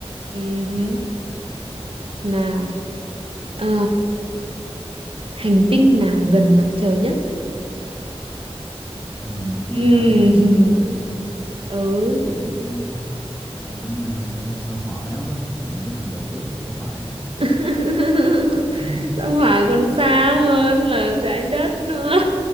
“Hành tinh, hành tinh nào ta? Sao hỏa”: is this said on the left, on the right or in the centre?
Left